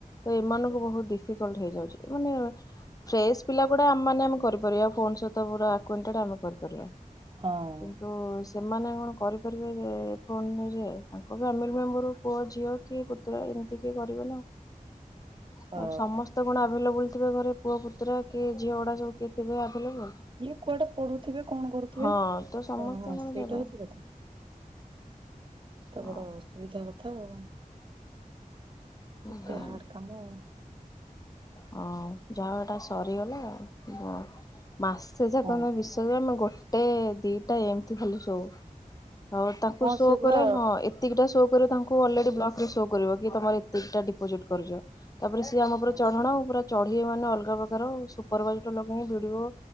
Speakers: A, on the left; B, on the right.
A: ତ ଏମାନଙ୍କୁ ବହୁତ ଡିଫିକଲ୍ଟ୍ ହେଇଯାଉଛି। ଏମାନେ ଫ୍ରେଶ୍ ପିଲା ଗୁଡା ଆମେ ମାନେ ଆମେ କରିପାରିବା। ଫୋନ୍ ସହିତ ପୁରା ଆକୁଏଣ୍ଟଟେଡ୍ ଆମେ କରିପାରିବା।
B: ହଁ।
A: ତ ସେମାନେ କଣ କରିପାରିବେ ଯେ ଏ ଫୋନରେ ଯେ? ତାଙ୍କ ଫ୍ୟାମିଲି ମେମ୍ବର ପୁଅ ଝିଅ କି ପୁତୁରା, ଏମତି କିଏ କରିବ ନା ଆଉ।
B: ଅ
A: ଆଉ ସମସ୍ତେ କଣ ଆଭେଲେବୁଲ ଥିବେ ଘରେ? ପୁଅ ପୁତୁରା କି ଝିଅ ଗୁଡା ସବୁ କିଏ ଥିବେ ଆଭେଲେବୁଲ?
B: କିଏ କୁଆଡେ ପଢୁଥିବେ କଣ କରୁଥିବେ?
A: ହଁ ତ ସମସ୍ତେ
B: ହଁ ହଁ
A: କଣ
B: ସେଇଟା
A: ଦେବେ
B: ହଉଛି କେତେ
A: ହଁ
B: ବଡ ଅସୁବିଧା କଥା ଆଉ।
A: ହଁ
B: ଏତେ ହାଡ଼ କାମ।
A: ହଁ, ଯାହାହଉ ଏଟା ସରିଗଲା ଆଉ। ହଁ। ମାସେ <inaudible>
B: ହଁ
A: ଗୋଟେ, ଦିଟା ଏମିତି ଖାଲି ସୋଉ। ହଉ ତାଙ୍କୁ
B: ହଁ
A: ଶୋ
B: ସେ
A: କରେ,
B: ବା
A: ହଁ ଏ ଏତିକଟା ଶୋ କରିବ ତାଙ୍କୁ ଅଲରେଡି ବ୍ଲକ ରେ ସୋ କରିବ କି ତମର ଏତିକିଟା ଡିପୋଜିଟ୍ କରିଛ। ତାପରେ ସେ ଆମ ଉପରେ
B: ହଁ।
A: ଚଢଣ ଆଉ, ପୁରା ଚଢିବ ମାନେ ଅଲଗା ପ୍ରକାର ଆଉ। ସୁପରଭାଇଜଟୁ ଲଗେଇକି ବିଡ଼ିଓ